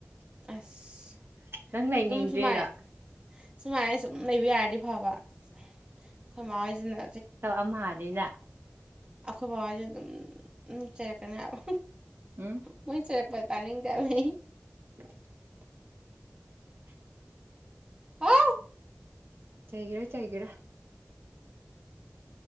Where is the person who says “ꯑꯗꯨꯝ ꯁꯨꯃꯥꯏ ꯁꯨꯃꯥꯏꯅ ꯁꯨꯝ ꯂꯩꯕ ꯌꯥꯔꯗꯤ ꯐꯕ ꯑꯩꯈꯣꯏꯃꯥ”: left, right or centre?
Right